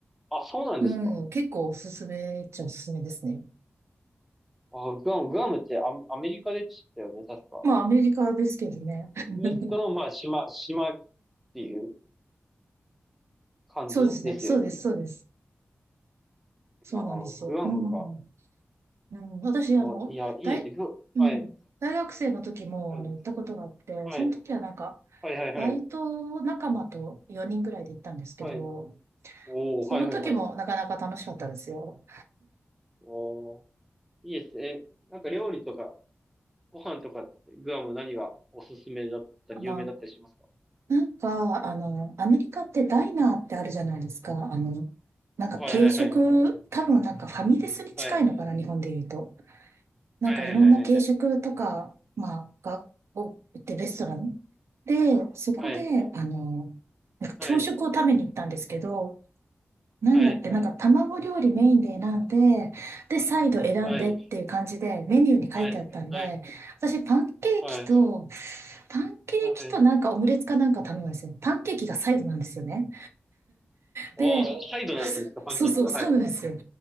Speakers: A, in the centre; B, on the right (about 80°).
A: あ、そうなんですか
B: うん、結構おすすめっちゃおすすめですね。
A: あグアムグアムってあアメリカでしたよね確か
B: まあ、アメリカですけどね。<laughs>
A: アメリカのまあ島島っていう感じですよね
B: そうですね。そうです、そうです。そうなんですよ。
A: あグアムか
B: うん。うん、私、
A: あいやいいですグはい
B: あの、大、うん、大学生の時も、
A: はい
B: あの、行ったことがあって、
A: はい
B: その時はなんか、
A: はいはいはい
B: バイト仲間と4人ぐらいで行ったんですけど、
A: はいおはいはいはい
B: その時もなかなか楽しかったですよ。
A: おいいですえなんか料理とかご飯とかグアム何がおすすめだったり有名だったりしますか
B: あのなんか、あの、アメリカってダイナーってあるじゃないですか。あの、なんか軽食、
A: はいはいはい
B: 多分なんかファミレスに近いのかな、
A: はい
B: 日本で言うと。なんかいろんな軽食とか、
A: はいはいはい
B: まあ、が、を売ってるレストランで、そこで、
A: はい
B: あの、なんか朝食を食べに行ったんですけど、
A: はい
B: なんだっけ、
A: はい
B: なんか卵料理メインで選んで、で、サイド選んでっていう感じでメニューに書いてあったんで、
A: はいは
B: 私パンケーキと
A: いは
B: パンケーキとなんかオムレツかなんか頼むんですよ。
A: い
B: パンケーキがサイドなんですよね。
A: おー、
B: で、おサイドなんですそうねそう、
A: サイドなんですか、パンケーキが。
B: サイドなんですよ。
A: はい。